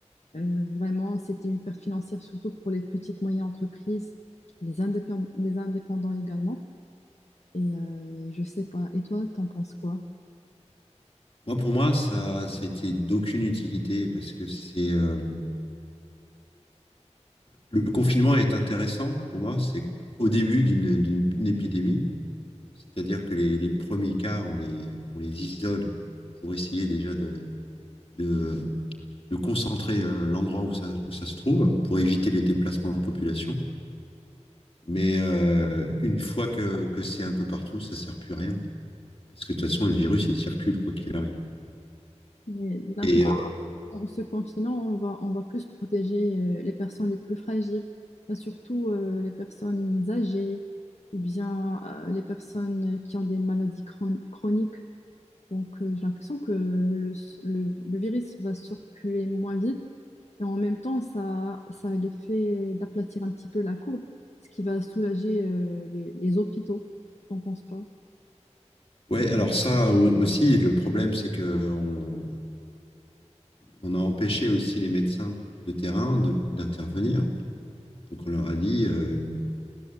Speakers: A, on the left; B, on the left.
A: Euh, vraiment, c'était une perte financière, surtout pour les petites, moyennes entreprises, les indépend- les indépendants également. Et euh, je sais pas. Et toi, t'en penses quoi?
B: Moi, pour moi, ça, ça a été d'aucune utilité parce que c'est euh, le confinement est intéressant pour moi. C'est au début d'une d'une d'une épidémie, c'est-à-dire que les, les premiers cas, on les on les isole pour essayer déjà de de, de concentrer euh, l'endroit où ça où ça se trouve pour éviter les déplacements de population. Mais euh, une fois que, que c'est un peu partout, ça sert plus à rien. Parce que de toute façon, le virus, il circule, quoi qu'il arrive.
A: Mais J'ai l'impression
B: Et euh,
A: en se confinant, on va, on va plus protéger euh, les personnes les plus fragiles, Bah, surtout euh, les personnes âgées ou bien euh, les personnes qui ont des maladies chron- chroniques. Donc, euh, j'ai l'impression que le, le- le virus va circuler moins vite et en même temps, ça, ça a l'effet d'aplatir un petit peu la courbe, ce qui va soulager euh, les, les hôpitaux. T'en penses pas?
B: ouais, alors ça au- aussi, le problème, c'est que on, on a empêché aussi les médecins de terrain de- d'intervenir. Donc on leur a dit, euh,